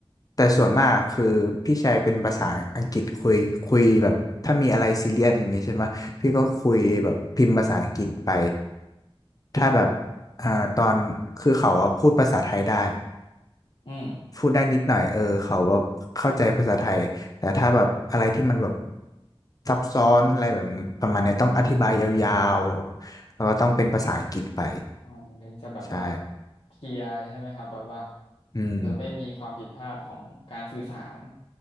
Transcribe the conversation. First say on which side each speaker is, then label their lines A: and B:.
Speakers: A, on the left (about 35°); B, on the left (about 65°).
A: แต่ส่วนมากคือพี่ใช้เป็นภาษาอังกฤษคุยคุยแบบถ้ามีอะไรซีเรียสอย่างเงี้ยใช่ไหมพี่ก็คุยแบบพิมพ์ภาษาอังกฤษไปถ้าแบบอ่าตอนคือเขาอะพูดภาษาไทยได้
B: อืม
A: พูดได้นิดหน่อยเออเขาแบบเข้าใจภาษาไทย แต่ถ้าแบบอะไรที่มันแบบซับซ้อนอะไรแบบประมาณเนี้ยต้องอธิบายยาวๆแล้วก็ต้องเป็นภาษาอังกฤษไป
B: อ่ามันถึงจะแบบว่า
A: ใช่
B: เคลียร์ใช่ไหมครับแบบว่า
A: อืม
B: เออไม่มีความผิดพลาดของการสื่อสาร